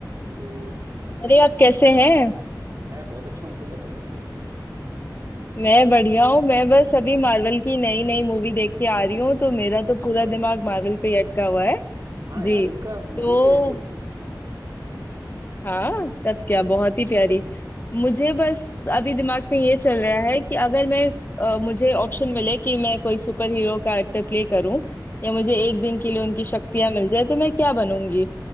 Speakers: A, on the right; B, on the left.
A: Hello
B: अरे आप कैसे हैं
A: मैं बहुत अच्छा हूँ तुम बताओ कैसी हो
B: मैं बढ़िया हूँ मैं बस अभी मार्वल की नई नई मूवी देख के आ रही हूँ तो मेरा
A: अच्छा
B: तो पूरा दिमाग मार्वल पे ही अटका हुआ है
A: हाँ
B: जी
A: यार उनका मूवीज
B: तो
A: ही ऐसी होती है
B: हाँ तब क्या बहुत ही प्यारी
A: हम्म
B: मुझे बस अभी दिमाग में ये चल रहा है कि अगर मैं अ, मुझे ऑप्शन मिले कि मैं कोई सुपर हीरो कैरेक्टर प्ले करूं या मुझे
A: हम्म।
B: एक दिन के लिए उनकी शक्तियां मिल जाए तो मैं क्या बनूंगी